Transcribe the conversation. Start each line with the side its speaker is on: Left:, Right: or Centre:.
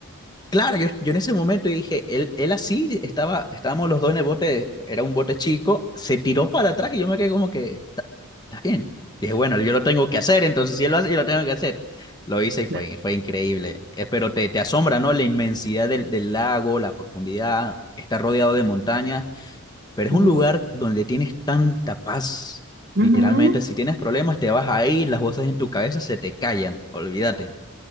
Left: Claro, yo, yo en ese momento dije, él, él así, estaba, estábamos los dos en el bote, era un bote chico, se tiró para atrás y yo me quedé como que, está bien. Dije, bueno, yo lo tengo que hacer, entonces si él lo hace, yo lo tengo que hacer. Lo hice y fue,
Right: Claro.
Left: fue increíble. Eh, Pero te, te asombra, ¿no? La inmensidad del, del lago, la profundidad, está rodeado de montañas, pero es
Right: Hermoso.
Left: un lugar donde tienes tanta paz.
Right: Ujú.
Left: Literalmente, si tienes problemas, te vas ahí, las voces en tu cabeza se te callan, olvídate.